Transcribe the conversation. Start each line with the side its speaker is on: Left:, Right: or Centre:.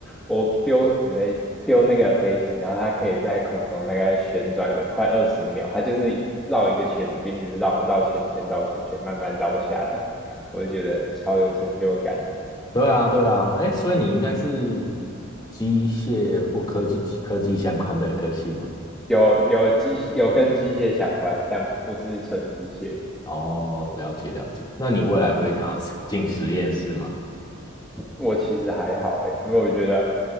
Centre: 我丢纸飞丢那个飞机，然后它可以在空中大概旋转个快二十秒，它就是绕一个圈，就一直绕绕圈圈绕圈圈，慢慢绕下来，我就觉得超有成就感。
Left: 对啊对啊，哎，所以你应该是机械或科技科技相关的科系嘛？
Centre: 有有机有跟机械相关，但不是纯机械。
Left: 哦，了解了解。那你未来会想要进实验室吗？
Centre: 我其实还好诶，因为我觉得